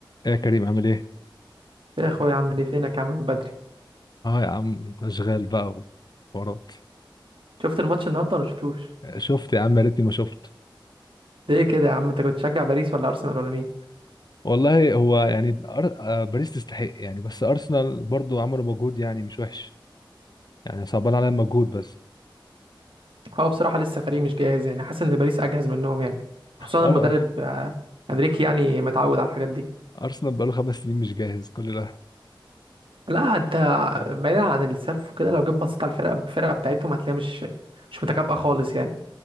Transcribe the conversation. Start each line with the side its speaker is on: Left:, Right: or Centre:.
Left: ايه يا كريم عامل ايه؟
Right: يا اخويا عامل ايه فينك يا عم من بدري
Left: اه يا عم اشغال بقى وحوارات
Right: شفت الماتش النهارده ولا شفتوش
Left: شفت يا عم يا ريتني ما شفت
Right: ليه كده يا عم انت كنت تشجع باريس ولا ارسنال ولا مين
Left: والله هو يعني أر... آه، باريس تستحق يعني بس ارسنال برضو عملوا مجهود يعني مش وحش يعني صعبان عليا المجهود بس
Right: هو بصراحه لسه فريق مش جاهز يعني حاسس ان باريس اجهز منهم يعني خصوصا
Left: أر...
Right: المدرب
Left: آه،
Right: آه، انريكي يعني متعود على الحاجات دي
Left: ارسنال بقاله خمس سنين مش جاهز كل ده
Right: لا انت بعيدا عن السف وكده لو جيت بصيت على الفرقه الفرقه بتاعتهم هتلاقيها مش مش متكافئه خالص يعني